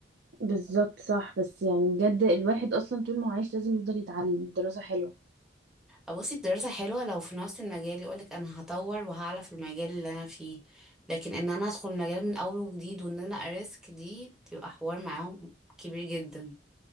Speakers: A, on the right; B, in the centre.
A: بالظبط صح بس يعني بجد الواحد اصلا طول ما هو عايش لازم يفضل يتعلم الدراسه حلوه
B: بصي الدراسة حلوة لو في نفس المجال يقولك انا هطور وهعلى في المجال اللي انا فيه لكن ان انا ادخل مجال من اول وجديد وان انا اريسك دي بتبقى حوار معاهم كبير جدا